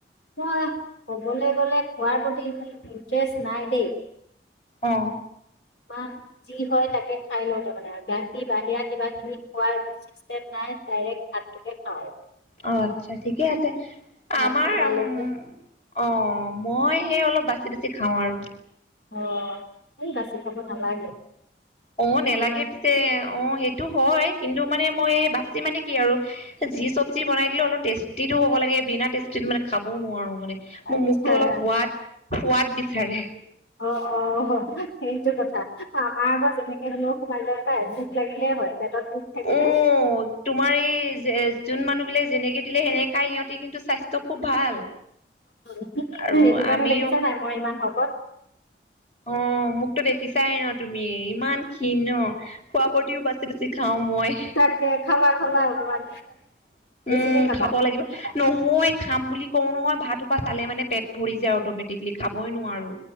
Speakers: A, on the left (about 80°); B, on the left (about 40°).
A: মই ক'বলে গ'লে খোৱাৰ প্ৰতি <unintelligible> ইণ্টেৰেষ্ট নাই দেই।
B: অ
A: <unintelligible> যি হয় তাকে খাই লওঁ তাৰ মানে। বাকী বাহিৰা কিবা খিনি খোৱাৰ চিষ্টেম নাই। ডাইৰেক্ট ভাতটোকে খাওঁ।
B: অ, আচ্ছা ঠিকেই আছে।
A: ভাতটো
B: আমাৰ
A: পালে
B: উম
A: বোলে
B: অ, মই সেই অলপ বাচি-বাচি খাওঁ আৰু।
A: অ, এই বাছি খাব নালাগে
B: অ, নেলাগে
A: অকমান
B: পিছে, অ সেই এইটো হয়। কিন্তু মানে মই বাচি মানে কি আৰু যি চব্জি বনাই দিলে অলপ টেষ্টিটো হ'ব লাগে। বিনা টেষ্টিত মানে খাবও নোৱাৰো মানে।
A: আচ্ছা
B: মোৰ মুখটো অলপ সোৱাদ, সোৱাদ বিচাৰে।
A: অ অ সেইটো কথা। আমাৰ আক' যেনেকে হলেও সোমাই যায় পাই ভোক লাগিলে হয়। পেটত ভোক থাকিলে
B: উ তোমাৰ এই যে যোন মানুহ বিলাক যেনেকে দিলে সেনেক খায় সিহঁতি কিন্তু স্বাস্থ্য খুব ভাল।
A: <unintelligible>
B: আৰু
A: সেইটো কাৰণে
B: আমি
A: দেখিছা নাই আকৌ ইমান শকত।
B: অ, মোকতো দেখিছাই ন তুমি ইমান ক্ষীণ ন। খোৱা প্ৰতিও বাচি-বাচি খাওঁ মই।
A: তাকে খাবা খাবা
B: <unintelligible>
A: অকমান
B: উম,
A: বেছিকে খাবা
B: খাব লাগিব। নহ <unintelligible> মই খাম বুলি কওঁ নহয়, ভাতসোপা চালে মানে পেট ভৰি যায় অটমেটিকেলি খাবই নোৱাৰো।